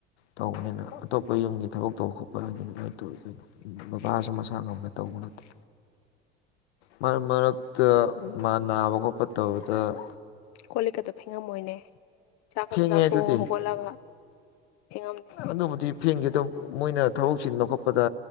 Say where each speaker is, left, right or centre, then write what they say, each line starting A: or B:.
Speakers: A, on the left; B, on the left.
A: ꯇꯧꯕꯅꯤꯅ ꯑꯇꯣꯞꯄ ꯌꯨꯝꯒꯤ ꯊꯕꯛ ꯇꯧꯕ ꯈꯣꯠꯄ ꯍꯥꯏꯒꯅꯤ ꯂꯣꯏꯟ ꯇꯧꯋꯤ ꯀꯩꯅꯣ ꯕꯕꯥꯁꯨ ꯃꯁ <unintelligible> ꯇꯧꯕ ꯅꯠꯇꯦ ꯃꯔꯛ ꯃꯔꯛꯇ ꯃꯥ ꯅꯥꯕ ꯈꯣꯠꯄ ꯇꯧꯕꯗ
B: ꯀꯣꯜꯂꯤꯛꯀꯗꯣ ꯐꯦꯉꯝꯃꯣꯏꯅꯦ ꯆꯥꯛ ꯈꯛꯇ
A: ꯐꯦꯡꯉꯦ
B: ꯆꯥꯊꯣꯛꯑꯒ
A: ꯑꯗꯨꯗꯤ
B: ꯑꯃꯨꯛ ꯍꯧꯒꯠꯂꯒ ꯐꯦꯡꯉꯝꯅꯤ
A: ꯑꯗꯨꯕꯨꯗꯤ ꯐꯦꯡꯗꯦ ꯗꯨꯝ ꯃꯣꯏꯅ ꯊꯕꯛ ꯆꯤꯟꯕ ꯈꯣꯠꯄꯗ